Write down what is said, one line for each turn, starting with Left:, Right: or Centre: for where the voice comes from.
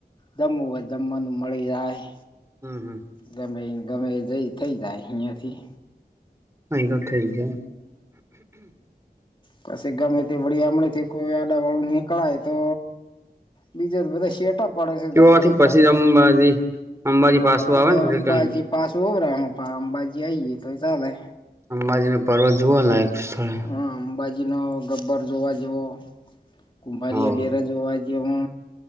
Left: જમવું હોય જમવાનું મળી જાય
Right: હમ. હમ.
Left: ગમે ગમે જઈ, થઈ જાય. અહીંયાથી
Right: હ તો ઠક છે.
Left: પછી ગમે તે બળી આમડે થી કોઈ આડા વાળું નહ પકળાય તો બીજું બધ શેટપ પડ
Right: ત્યોથી
Left: જવાનું
Right: પછી
Left: પ્લાન
Right: અંબાજી અંબાજી પાછું આવે
Left: અ
Right: ને
Left: અંબાજી
Right: રિટર્ન
Left: પાસું હો પા અમબાજી આઈ ગએ તો ચલેે
Right: અંબાજીનો પર્વત જુવા લયક સ્થળે
Left: હા અંબાજી નો ગબ્બર જોવા જેવો કુંભારી
Right: હવ
Left: અ ડેરા જોવા જેવો.